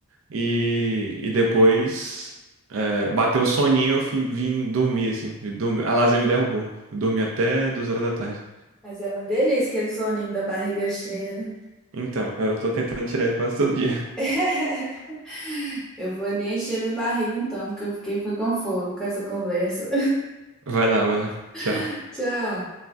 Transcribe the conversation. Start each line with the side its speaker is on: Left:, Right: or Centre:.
Right: E, e depois é, bateu o soninho, eu fui- vim dormir, assim. E dormi- a lasanha me derrubou. Eu dormi até duas horas da tarde.
Centre: Mas é uma delícia aquele soninho da barriga cheia, né?
Right: Então, eu tô tentando tirar ele quase todo dia. <laughs>
Centre: <laughs> Eu vou ali encher minha barriga então, porque eu fiquei foi com fome com essa conversa.
Right: Vai lá, vai lá. Tchau.
Centre: <laughs> Tchau.